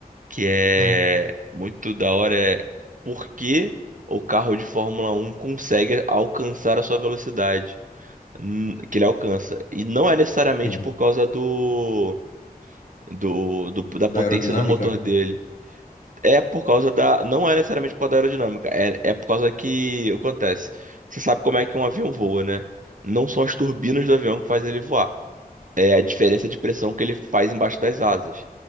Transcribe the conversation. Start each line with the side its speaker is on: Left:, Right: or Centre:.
Right: que é
Left: Hum,
Right: muito da hora, é por que o carro de Fórmula um consegue alcançar a sua velocidade hum, que ele alcança. E não é necessariamente
Left: sim.
Right: por causa do, do, do- da
Left: Da
Right: potência
Left: aerodinâmica?
Right: do motor dele. É por causa da. Não é necessariamente por causa da aerodinâmica. É, é por causa que. O que acontece? Você sabe como é que um avião voa, né? Não são as turbinas do avião que fazem ele voar. É a diferença de pressão que ele faz embaixo das asas.